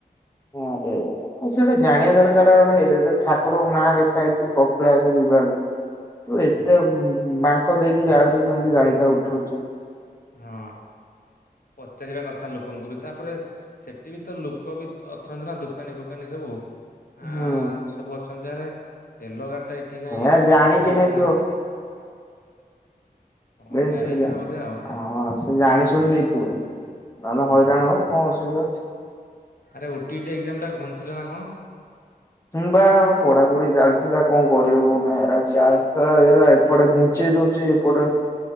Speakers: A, on the left; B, on the left.
A: ହଁରେ ଆଉ ସେ ଗୋଟେ ଜାଣିବା ଦରକାର ଗୋଟେ ଇଟା ଠାକୁରଙ୍କ ନାଁ ଲେଖା ହେଇଛି କୋ ମାକ ଯିବା ତୁ ଏତେ
B: ହୁଁ
A: ମାଙ୍କ ଦେଇକି ଯାଉଛୁ କେମିତି ଗାଡି ଟା ଉଠଉଛୁ?
B: ହଁ ପଚାରିବା କଥା ଲୋକଙ୍କୁ ବି ତାପରେ ସେଠି ବି ତ ଲୋକ ବି ଅଛନ୍ତି ନା ଦୋକାନୀ ଫୋକାନୀ ସବୁ। ଆ
A: ହୁଁ
B: ସବୁ ଅଛନ୍ତି ଆରେ ତେଲ ଗାଡି ଟା ଏ ଏଠି କାଇଁ ଏଠି
A: ଏ ଜାଣିକି
B: ତ କିଛି କାମ
A: ନେଇଥିବ
B: ନାହିଁ। କଣ
A: ବେଶ
B: ସେୟା
A: ସେଇଆ
B: ହେଇଥିବ ବୋଧେ ଆଉ
A: ସେ ଜାଣି ଶୁଣି ନେଇଥିବ। ନହେଲେ
B: ହୁଁ।
A: ହଇରାଣ ହବ କଣ ଅସୁବିଧା ଅଛି।
B: ଆରେ ଓ ଟି ଟା ଏକଜାମ୍ ଟା ଘୁଞ୍ଚିଲ ନା କଣ?
A: କିମ୍ବା ପଢାପଢି ଚାଲିଥିଲା କଣ କରିବ କଉନା <unintelligible> ଏପଟେ ଚେ ଦଉଛି ଏପଟେ